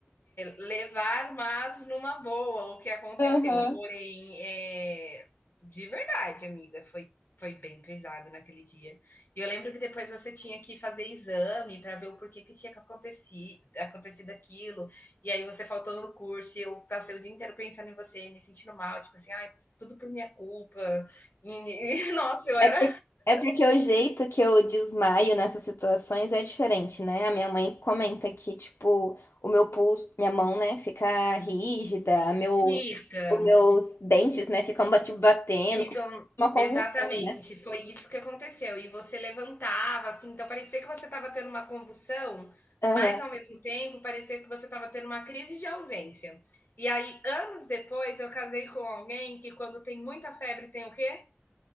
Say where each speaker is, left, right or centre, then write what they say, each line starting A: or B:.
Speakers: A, on the left; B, on the left.
A: Levar, mas numa boa, o que aconteceu.
B: Aham.
A: Porém, é de verdade, amiga, foi foi bem pesado naquele dia. E eu lembro que depois você tinha que fazer exame para ver o porquê que tinha que aconteci acontecido aquilo. E aí você faltou no curso e eu passei o dia inteiro pensando em você, me sentindo mal, tipo assim, ai, tudo por minha culpa. E, <laughs> e nossa, eu era
B: É, por- é porque o jeito que eu desmaio nessas situações é diferente, né? A minha mãe comenta que, tipo, o meu pulso, minha mão, né, fica rígida, meu,
A: fica,
B: os meus dentes, né, ficam bate- batendo,
A: Ficam,
B: como uma convulsão,
A: exatamente,
B: né?
A: foi isso que aconteceu. E você levantava, assim, então parecia que você estava tendo uma convulsão,
B: Aham.
A: mas ao mesmo tempo parecia que você estava tendo uma crise de ausência. E aí, anos depois, eu casei com alguém que, quando tem muita febre, tem o quê?